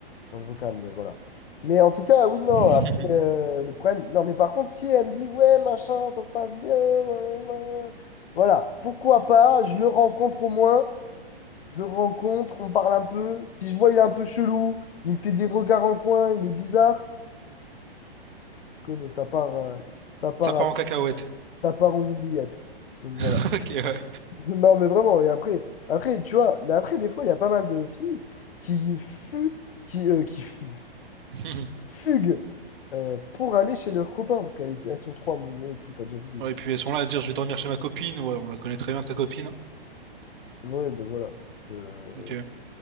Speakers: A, on the left; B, on the right.
A: dans le vocal, mais voilà. Mais en tout cas, oui, non.
B: <laughs>
A: Après, euh, le problème. Non, mais par contre, si elle me dit, ouais, machin, ça se passe bien. blablabla Voilà. Pourquoi pas? Je le rencontre au moins. Je le rencontre, on parle un peu. Si je vois, il est un peu chelou, il me fait des regards en coin, il est bizarre. Tu connais, ça part, euh, ça part,
B: Ça part
A: à-
B: en cacahuète.
A: ça part aux oubliettes. Donc voilà.
B: <laughs>
A: <laughs>
B: ok, ouais.
A: Non, mais vraiment. Et après, après, tu vois, mais après, des fois, il y a pas mal de filles qui fuient, qui, euh, qui fu-
B: <laughs>
A: fuguent euh, pour aller chez leurs copains parce qu'elles elles sont trois, bon, ouais, et tout. T'as déjà vu des
B: Ouais,
A: histoires.
B: et puis elles sont là à dire je vais dormir chez ma copine. Ouais, on la connaît très bien ta copine.
A: Ouais, ben voilà. Donc, euh,
B: Ok.